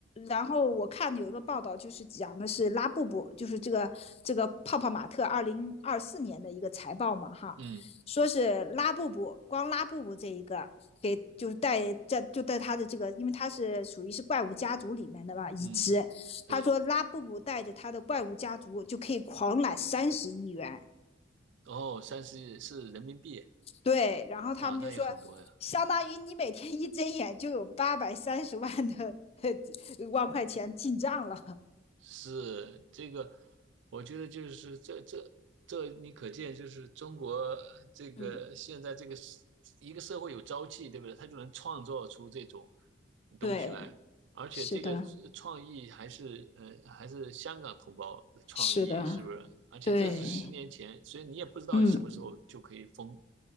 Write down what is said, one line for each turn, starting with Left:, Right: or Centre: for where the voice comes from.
Left: 然后我看有一个报道，就是讲的是拉布布，就是这个这个泡泡玛特二零二四年的一个财报嘛，哈，
Right: 嗯
Left: 说是拉布布，光拉布布这一个给就是带在就带他的这个，因为他是属于是怪物家族里面的嘛一只，
Right: 嗯，对，
Left: 他说拉布布带着他的怪物家族就可以狂揽三十亿元，
Right: 哦，三十是人民币，
Left: 对，然后他们就说，
Right: 哇，那也很多呀。
Left: 相当于你每天一睁眼就有八百三十万的 <laughs> 万块钱进账了。
Right: 是这个，我觉得就是这这这，你可见就是中国这个现在这个社一个社会有朝气，
Left: 嗯，
Right: 对不对？他就能创造出这种东西来，
Left: 对，
Right: 而且这个创意还是呃还是香港同胞的创意，
Left: 是的，是的，
Right: 是不是？而且这是十年前，
Left: 对，
Right: 所以你也不知道什么时候就可以风
Left: 嗯，